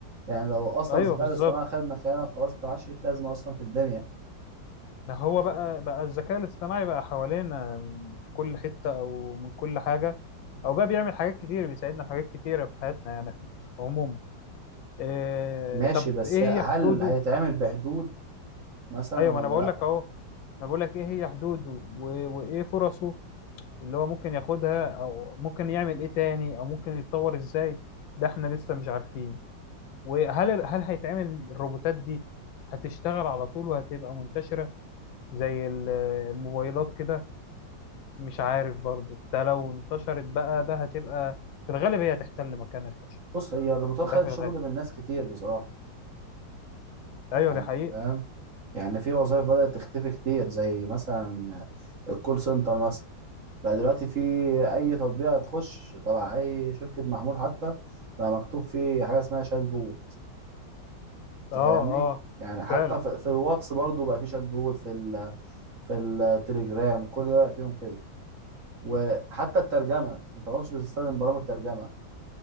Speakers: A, on the right (about 40°); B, on the left (about 85°).
A: يعني لو اصلا
B: أيوه
A: الذكاء
B: بالظبط
A: الاصطناعي خد مكانك خلاص انت معكش ليك لازمة اصلا في الدنيا
B: ما هو بقى بقى الذكاء الاصطناعي بقى حوالينا في كل حتة أو من كل حاجة أو بقى بيعمل حاجات كتير بيساعدنا في حاجات كتيرة في حياتنا يعني عموما إيه
A: ماشي
B: طب
A: بس
B: ايه
A: هل
B: هي حدوده
A: هيتعمل بحدود مثلا
B: ايوه
A: ولا
B: ما انا بقول
A: لا
B: لك اهو انا بقول لك ايه هي حدوده و- وايه فرصه اللي هو ممكن ياخدها او ممكن يعمل ايه تاني او ممكن يتطور ازاي ده احنا لسه مش عارفين وهل ال- هل هيتعمل الروبوتات دي هتشتغل على طول وهتبقى منتشرة زي ال- الموبايلات كده مش عارف برضو ده لو انتشرت بقى ده هتبقى في الغالب هي هتحتل مكان البشر
A: بص هي الروبوتات
B: ده
A: خدت
B: في
A: شغل
B: الغالب
A: من ناس كتير بصراحة
B: ايوه
A: يعني
B: دي حقيقة
A: أنت فاهم يعني في وظائف بدأت تختفي كتير زي مثلا الكول سنتر مثلا بقى دلوقتي في اي تطبيق تخش تبع اي شركه محمول حتى بقى مكتوب فيه حاجه اسمها شات بوت انت
B: اه
A: فاهمني
B: اه
A: يعني حتى
B: فعلا
A: في, في الواتس برضو بقى في شات بوت في ال في التليجرام كل ده بقى فيهم كده وحتى الترجمه انت ما كنتش بتستخدم برامج ترجمه